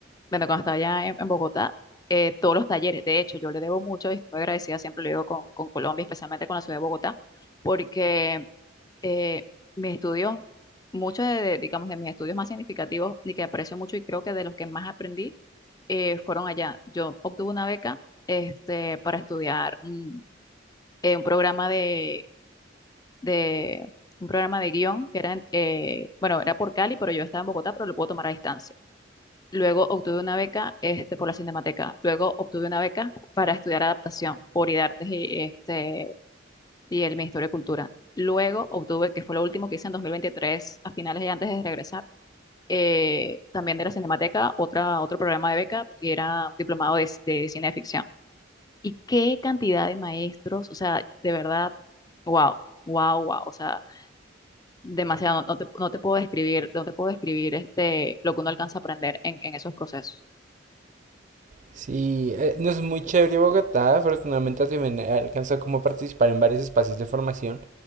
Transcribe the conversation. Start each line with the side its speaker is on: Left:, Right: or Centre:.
Left: bueno, cuando estaba allá en, en Bogotá, eh, todos los talleres. De hecho, yo le debo mucho y estoy agradecida, siempre lo digo con, con Colombia, especialmente con la ciudad de Bogotá, porque eh, mis estudios, muchos de, de, digamos, de mis estudios más significativos y que aprecio mucho y creo que de los que más aprendí eh, fueron allá. Yo obtuve una beca este, para estudiar. mm, eh, un programa de, de- un programa de guión que era, en- eh, bueno, era por Cali, pero yo estaba en Bogotá, pero lo puedo tomar a distancia. Luego obtuve una beca este, por la Cinemateca. Luego obtuve una beca para estudiar adaptación por IDARTES y, este, y el Ministerio de Cultura. Luego obtuve, que fue lo último que hice en 2023, a finales y antes de regresar, eh, también de la Cinemateca, otra, otro programa de beca, que era un diplomado de, de cineficción y qué cantidad de maestros, o sea, de verdad, wow, wow, wow, o sea, demasiado, no, no te, no te puedo describir, no te puedo describir este, lo que uno alcanza a aprender en, en esos procesos.
Right: Sí, eh, no es muy chévere Bogotá, afortunadamente también he alcanzado como a participar en varios espacios de formación